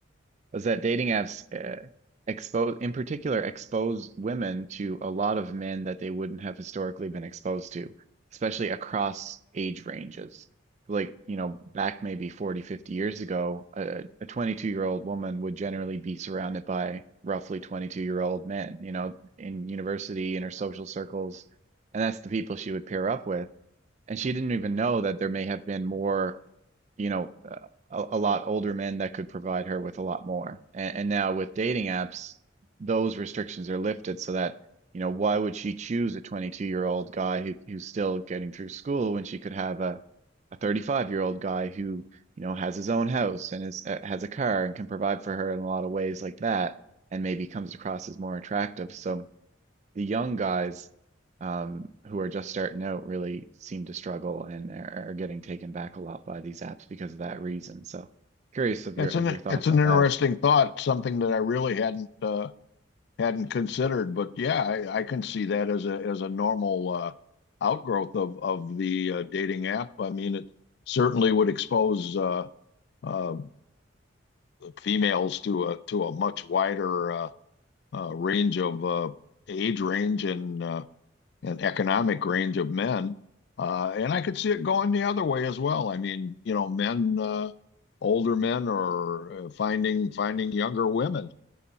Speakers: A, on the right; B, on the left.
A: was that dating apps uh, expose, in particular, expose women to a lot of men that they wouldn't have historically been exposed to, especially across age ranges. Like, you know, back maybe 40, 50 years ago, a, a 22 year old woman would generally be surrounded by roughly 22 year old men, you know, in university, in her social circles. And that's the people she would pair up with. And she didn't even know that there may have been more you know, uh, a, a lot older men that could provide her with a lot more. And, and now with dating apps, those restrictions are lifted so that, you know, why would she choose a 22 year old guy who, who's still getting through school when she could have a, a 35 year old guy who, you know, has his own house and is, uh, has a car and can provide for her in a lot of ways like that and maybe comes across as more attractive. So the young guys um, who are just starting out really seem to struggle and are, are getting taken back a lot by these apps because of that reason. So curious of
B: It's
A: your of
B: an
A: your thoughts
B: it's an
A: on
B: interesting
A: that.
B: thought, something that I really hadn't uh, hadn't considered. But yeah, I, I can see that as a as a normal uh, outgrowth of of the uh, dating app. I mean, it certainly would expose uh, uh, females to a to a much wider uh, uh, range of uh, age range and uh, and economic range of men. Uh, and I could see it going the other way as well. I mean, you know, men uh, older men are uh, finding finding younger women.